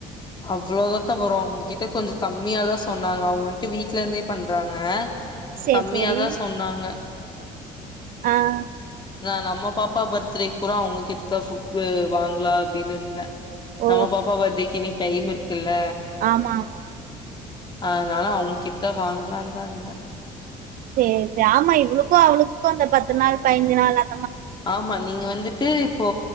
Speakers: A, on the left; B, on the right.
A: அவ்ளோதாகா வரு அவ்ங்ககிட்ட கொஞ்ச கம்மியாதா சொன்னாங்க அவ்கள்ட வீட்ல இருந்தே பண்றாங்க
B: சேரி
A: கம்மியாதா
B: சேரி
A: சொன்னாங்க
B: ஆ ஆ
A: நா நம்ம பாப்பா பர்த்டேக் கூட அவ்ங்க கிட்த்தா ஃபுட்டு வாங்கலா அப்டீன்னு இருந்தே
B: ஓ
A: நம்ம பாப்பா பர்த்டேக்கி இன்னக்கி டைம் இருக்குல்ல
B: ஆமா ஆமா
A: அதுனால அவ்ங்ககிட்தா வாங்லான் தா இருந்தே
B: சேர் சேர் ஆமா இவளுக்கு அவளுக்கு அந்த பத்து நாள் பயனஞ்சு நாள் அ
A: ஆமா நீங்க வந்துட்டு இப்போ